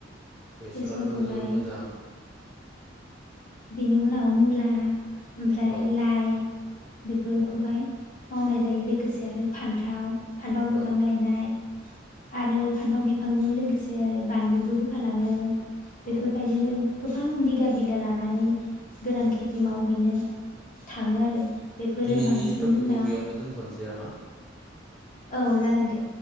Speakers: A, in the centre; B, on the left.
A: बेसराथ'
B: बेसरखौहाय
A: जोबोर मोजां <inaudible>
B: बिनि उनाव मुला ओमफ्राय
A: औ
B: लाइ बेफोरखौहाय
A: औ
B: मावनाय जायो लोगोसे आरो फान्थाव फान्थाव बिफां
A: औ
B: गायनाय आरो फानथाव बिफांजों लोगोसे आरो बानलुबो होफालाङो बेफोरबायदिनो
A: औ
B: गोबां बिगा-बिगा लानानै गोरान
A: औ
B: खेथि मावहैनो थाङो आरो बेफोरो
A: दिनैनि
B: बांसिन
A: टपिकखौ
B: जोंना
A: बेयावनो दोनथ'नोसै नामा?
B: औ जागोन दे